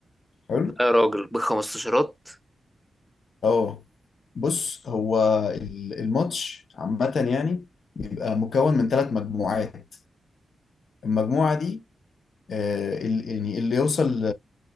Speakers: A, on the left; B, in the centre.
A: حلو؟
B: لا يا راجل بخمستاشرات
A: اه بص هو ال- الماتش عامة يعني بيبقى مكون من ثلاث مجموعات المجموعة دي آه، ال- يعني اللي يوصل